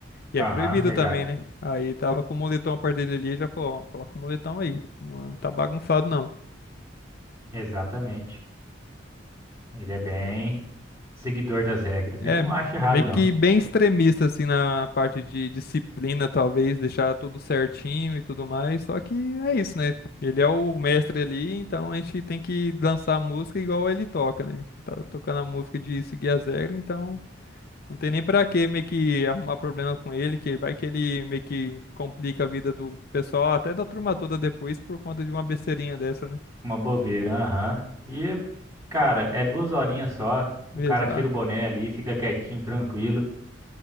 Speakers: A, on the left; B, on the right.
A: e
B: Aham,
A: é proibido
B: regata.
A: também, né? Aí tava com o moletom perto dele ali e já falou, ó, coloca o moletom aí, não tá bagunçado não.
B: Exatamente. Ele é bem seguidor das regras. Eu
A: É,
B: não acho
A: meio
B: errado, não.
A: que bem extremista, assim, na parte de disciplina, talvez, deixar tudo certinho e tudo mais. Só que é isso, né? Ele é o mestre ali, então a gente tem que dançar a música igual ele toca, né? Tá tocando a música de seguir as regras, então não tem nem pra que meio que arrumar problema com ele, que vai que ele meio que complica a vida do pessoal, até da turma toda depois, por conta de uma besteirinha dessa, né?
B: Uma bobeira, aham. E, cara, é duas horinhas só. O
A: Exato.
B: cara tira o boné ali, fica quietinho, tranquilo.